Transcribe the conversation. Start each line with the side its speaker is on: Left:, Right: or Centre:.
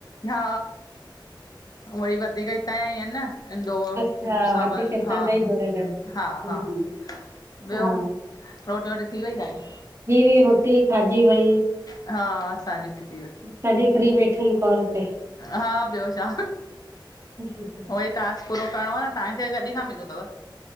Left: हा उयई वधीक इतां ॼा ई अन न। इंदौर,
Right: अच्छा
Left: भुसावल
Right: वधीक हितां
Left: हा-हा-हा।
Right: जा ई जुड़ियल आहिनि हम्म,
Left: ॿियो
Right: हा
Left: रोटी वोटी थी वई तां ॼी?
Right: थी वेई रोटी खाॼी वई।
Left: हा आसांजी ॿि।
Right: तॾि फ्री वेठा आयूं कॉल तेे।
Left: हा ॿियो छा।
Right: ह ह <inaudible>
Left: उओ ई टास्क पूरो करणो आ न तांखे कॾि खां मिलियो तव?